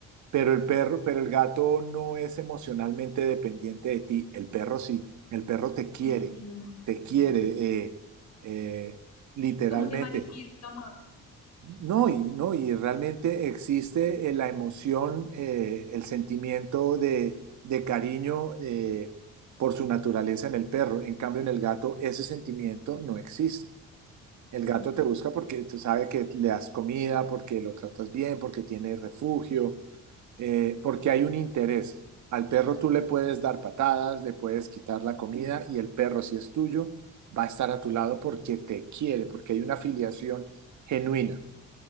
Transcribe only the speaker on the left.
Mm,
ujú.
Como que manifiesta más.
Ujú.